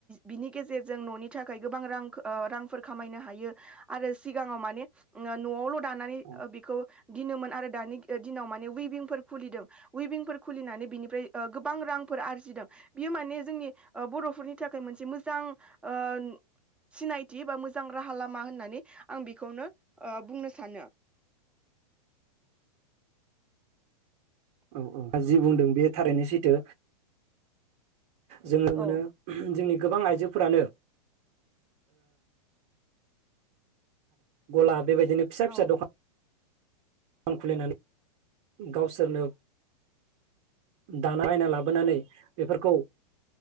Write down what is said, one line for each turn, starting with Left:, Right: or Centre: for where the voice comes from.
Centre: बिनि गेजेरजों ननि थाखाय ओ गोबां ओ रां रांफोर खामायनो हायो आरो सिगाङाव माने न'आवल दानानै
Right: औ
Centre: बिखौ दिनोमोन आरो दानि गि दिनाव माने उइभिंफोर खुलिदों उइभिंफोर खुलिनानै बिनिफ्राय गोबां रांफोर आरजिदों बियो माने जोंनि बर'फोरनि थाखाय मोनसे मोजां ओ सिनायथि बा मोजां राहा लामा होननानै आं बेखौनो बुंनो सानो।
Right: औ औ जि बुंदों बे थारैनो सैथो। जोङो
Centre: औ
Right: मोनो जोंनि गोबां आइजोफोरानो। गलाब बेबायदिनो फिसा
Centre: औ
Right: फिसा दखान खान खुलिनानै गावसोरनो दानाबायना लाबोनानै बेफोरखौ